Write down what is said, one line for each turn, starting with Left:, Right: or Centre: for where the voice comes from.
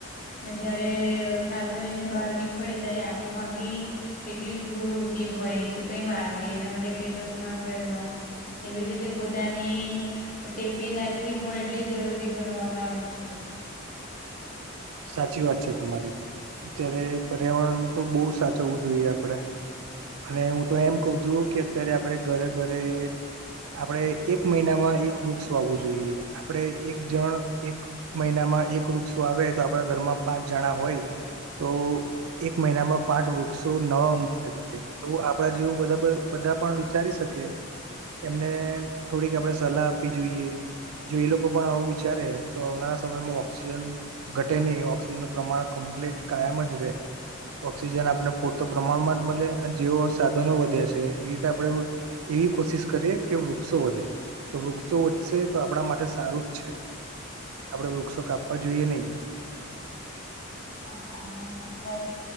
Left: ને જયારે સાધનો લઈને બહાર નીકળે ત્યારે આંખોમાં બી એટલી જ દૂર ઉડતી હોય કે કઈ વાગે એના માટે કઈ ચશ્મા પહેરવા એવી રીતે પોતાની તેી રાખવી પણ એટલી જરૂરી ગણવામાં આવે છે
Right: સાચી વાત છે તમારી અત્યારે પર્યાવરણનુંું તો બહુ સાચ હોવું જોઈએ આપડે અને હું તો એમ કઉ છું કે અત્યારે આપડ ઘરે ઘરે આપણેે એક મહિનામાં એક વૃક્ષ વાવવું જોઈએ આપણેે એક જણ એક મહિનામાં એક વૃક્ષો આવે તો આપણા ઘરમાં પાંચ જણા હોય તો એક મહિનામાં પાંચ વૃક્ષો નવા ઊઘ એવું આપડા જેવું બધબર બધા પણ વિચારી શકે એમને થોડીક આપણેે સલાહ આપવી જોઈએ જો એ લોકો પણ આવું વિચારે તો આવનારા સમયમાં ઓક્સિજન ઘટે નહીં ઓક્સિજનનું પ્રમાણ કમ્પ્લીટ કાયમ જ ર રહે ઓક્સિજન આપણે પૂરતો પ્રમાણમાં જ મળે અને જેવો સાધનો વધે છે એ રીતે આપણેે એવી કોશિશ કરીે કે વૃક્ષો વધે તો વૃક્ષો વધશે તો આપણા માટે સારું જ છે આપડે વૃક્ષો કાપવા જોઈએ નહી
Left: હા અ